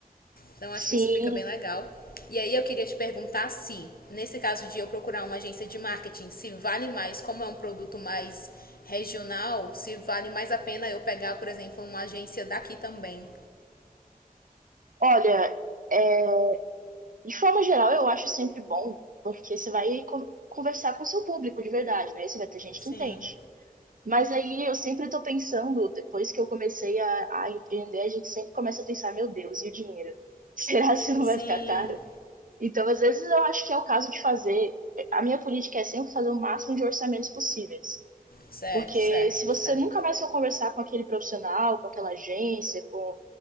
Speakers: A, on the left (about 75°); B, on the right (about 60°).
A: Então acho
B: sim.
A: que isso fica bem legal. E aí eu queria te perguntar se, nesse caso de eu procurar uma agência de marketing, se vale mais, como é um produto mais regional, se vale mais a pena eu pegar, por exemplo, uma agência daqui também.
B: Olha, é, De forma geral, eu acho sempre bom, porque você vai con- conversar com o seu público de verdade, né? Você vai ter gente
A: Sim.
B: que entende. Mas aí eu sempre tô pensando, depois que eu comecei a, a empreender, a gente sempre começa a pensar, meu Deus, e o dinheiro? <laughs> Será que isso não
A: Sim.
B: vai ficar caro? Então, às vezes, eu acho que é o caso de fazer. A minha política é sempre fazer o máximo de orçamentos possíveis.
A: Certo,
B: Porque
A: certo,
B: se você
A: certo.
B: nunca mais for conversar com aquele profissional, com aquela agência, com